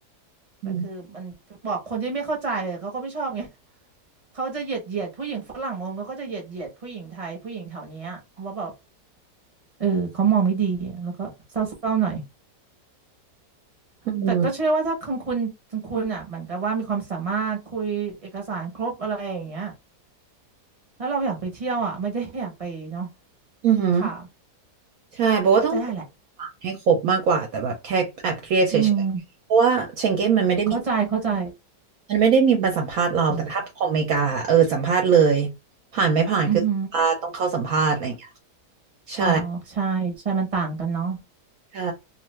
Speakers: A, on the right (about 30°); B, on the right (about 65°).
A: แต่คือมันบอกคนที่ไม่เข้าใจเขาก็ไม่ชอบไง
B: อืม
A: เขาจะเหยียดเหยียดผู้หญิงฝรั่งมองก็จะเหยียดเหยียดผู้หญิงไทยผู้หญิงแถวเนี้ยว่าแบบเออเขามองไม่ดีแล้วก็เศร้าๆหน่อย
B: อืม
A: แต่ก็เชื่อว่าถ้าคังคุณคังคุณอ่ะเหมือนกับว่ามีความสามารถคุยเอกสารครบอะไรอย่างเงี้ย แล้วเราอยากไปเที่ยวอ่ะไม่ได้อยากไปเนาะ
B: อือหือ
A: ค่ะ
B: ใช่บอกว่าต้อง
A: น่าจะได้แหละ
B: ให้ครบมากกว่าแต่แบบแค่แอบเครียดเฉยๆ
A: อืม
B: เพราะว่าเชงเก้นมันไม่ได้มี
A: เข้าใจเข้าใจ
B: มันไม่ได้มีมาสัมภาษณ์เราแต่ถ้าของอเมริกาเออสัมภาษณ์เลย
A: อืม
B: ผ่านไม่ผ่านคือสัมภาษณ์ต้องเข้าสัมภาษณ์อะไรอย่างเงี้ย
A: อือหือ
B: ใช่
A: อ๋อใช่ใช่มันต่างกันเนาะ
B: ใช่